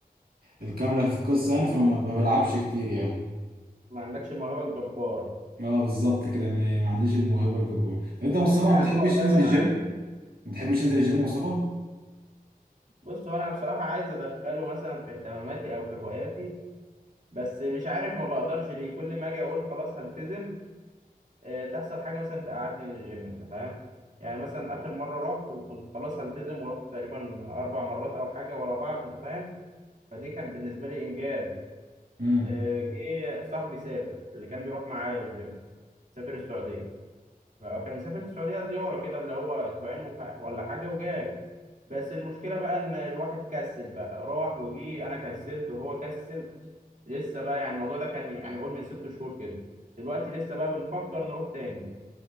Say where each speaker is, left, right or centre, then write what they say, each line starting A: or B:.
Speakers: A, on the right (about 75°); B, on the right (about 55°).
A: الكاملة في القصة يعني فما بلعبش كتير يعني
B: ما عندكش الموهبة الجبارة
A: اه بالظبط كده ما ما عنديش الموهبة الجبارة طب انت يا مصطفى ما
B: يا
A: بتحبش
B: عم والله
A: تنزل
B: ولا
A: الجيم؟
B: عندي
A: ما بتحبش تنزل الجيم يا مصطفى؟
B: بص هو أنا بصراحة عايز أدخله مثلا في اهتماماتي أو في هواياتي بس مش عارف ما بقدرش ليه كل ما أجي أقول خلاص هلتزم آه، تحصل حاجة مثلا تقعدني من الجيم أنت فاهم يعني مثلا آخر مرة رحت وكنت خلاص هلتزم ورحت تقريبا أربع مرات أو حاجة ورا بعض أنت فاهم فدي كان بالنسبة لي إنجاز
A: امم
B: آه، جه صاحبي سافر اللي كان بيروح معايا الجيم سافر السعودية فكان مسافر السعودية زيارة كده اللي هو أسبوعين وح- ولا حاجة وجاي بس المشكلة بقى إن الواحد كسل بقى راح وجي أنا كسلت وهو كسل لسه بقى يعني الموضوع ده كان يعني قول من ست شهور كده دلوقتي لسه بقى بنفكر نروح تاني